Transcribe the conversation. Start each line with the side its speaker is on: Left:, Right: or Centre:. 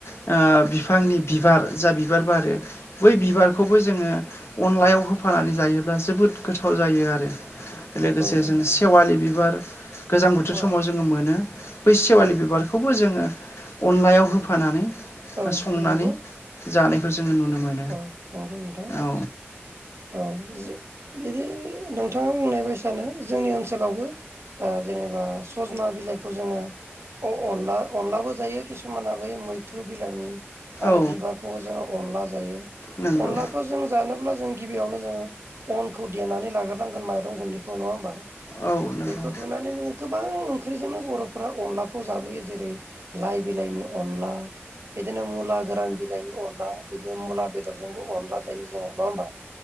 Left: ओ बिफांनि बिबार जा बिबार बारो बै बिबारखौबो जोङो अनलायाव होफानानै जायोब्ला जोबोद गोथाव जायो आरो। लोगोसे
Right: औ
Left: जों सेवालि बिबार गोजां
Right: औ
Left: बोथोर समाव जोङो मोनो। बै सेवालि
Right: औ
Left: बिबार खौबो जोङो अनलायाव होफानानै
Right: औ
Left: संनानै
Right: नंगौ
Left: जानायखौ जोङो नुनो मोनो।
Right: औ नंगौ नोंथां।
Left: औ
Right: औ जो बिदि नोंथाङा बुंनाय बायसानो जोंनि ओनसोलावबो ओ जेनेबा सजना बिलाइखौ जोङो अ अनला अनलाबो जायो किसुमाना बै मैथ्रु बिलाइनि आरो
Left: औ
Right: बिबारखौबो जोङो अनला जायो।
Left: नंगौ
Right: अनलाखौ जों जानोब्ला जों गिबियावनो जोङो अनखौ देनानै लाग्रोनांगोन माइरं गुन्दैखौ नङा होमबा?
Left: औ नंगौ
Right: बेखौ दुनानै नों गोबां ओंख्रिजोंनो बर'फ्रा अनलाखौ जाबोयो जेरै लाइ बिलाइनि अनला बिदिनो मुला गोरान बिलाइनि अनला बिदिनो मुला बेदरजोंबो अनला जायो जोङो नङा होमबा?